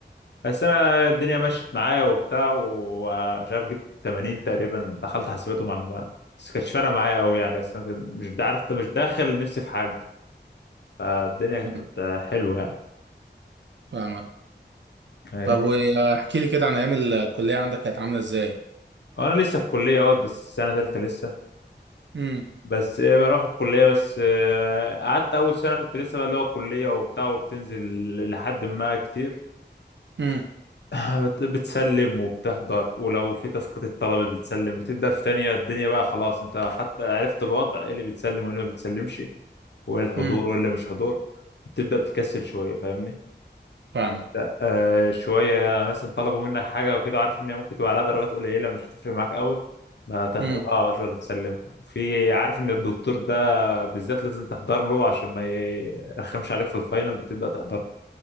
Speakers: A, on the left; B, on the right.
A: بس انا الدنيا مشيت معايا وبتاع ومش عارف جبت 80 تقريبا دخلت حاسبات ومعلومات بس كانتش فارقه معايا قوي يعني بس أنا كنت- مش دا- عارف انت مش داخل نفسي في حاجه فالدنيا
B: فاهم-
A: كانت حلوه يعني
B: فاهمك
A: فاهمني
B: طب واحكي لي كده عن ايام الكليه عندك كانت عامله ازاي
A: وانا لسه في كليه اهوت بس سنه ثالثه لسه
B: امم
A: بس ايه بروح الكلية بس آه، قعدت أول سنة كنت لسه بقى اللي هو الكلية وبتاع وبتنزل لحد ما كتير
B: امم
A: <laughs> بت- بتسلم وبتحضر ولو في تسقيط الطلبة بتسلم بتبدأ في تانية الدنيا بقى خلاص انت حتى عرفت الوضع ايه اللي بتسلم وايه اللي ما بتسلمش وايه الحضور
B: امم
A: وايه اللي مش حضور بتبدأ تكسل شوية فاهمني
B: فاهمك
A: لا آه شوية مثلا طلبوا منك حاجة وكده عارف إن هي ممكن تبقى عليها درجات قليلة مش هتفرق معاك أوي ما تحضرهاش
B: امم
A: ولا تسلم في عارف إن الدكتور ده بالذات لازم تحضر له عشان ما يرخمش عليك في الفاينل بتبدأ تحضر